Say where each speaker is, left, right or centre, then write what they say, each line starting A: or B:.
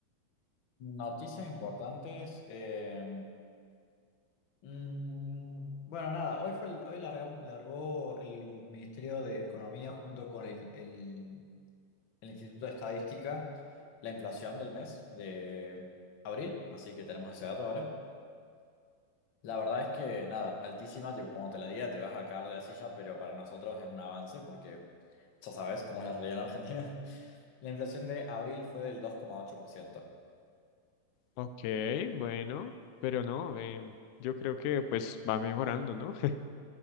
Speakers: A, on the left (about 55°); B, on the left (about 85°).
A: Noticias importantes. eh, mm, bueno, nada, hoy fue el- hoy larga- largó el Ministerio de Economía junto con el, el- el Instituto de Estadística la inflación del mes de abril, así que tenemos ese dato ahora. La verdad es que nada, altísima, tipo, como te la diga, te vas a caer de la silla, pero para nosotros es un avance porque ya sabes cómo es la realidad en Argentina. <laughs> La inflación de abril fue del dos coma ocho por ciento.
B: Ok, bueno, pero no, em, yo creo que pues va mejorando, ¿no? <laughs>